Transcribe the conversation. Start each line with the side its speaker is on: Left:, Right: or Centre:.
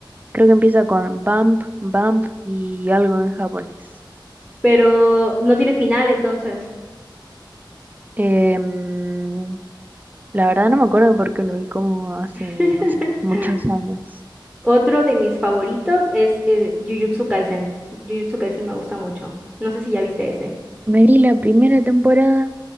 Right: creo que empieza con bump, bump y algo en japonés.
Centre: pero no tiene final entonces.
Right: Em, la verdad no me acuerdo porque lo vi como hace,
Centre: <laughs>
Right: no sé, muchos años.
Centre: Otro de mis favoritos es eh, Jujutsu Kaisen. Jujutsu Kaisen me gusta mucho. No sé si ya viste ese.
Right: Me vi la primera temporada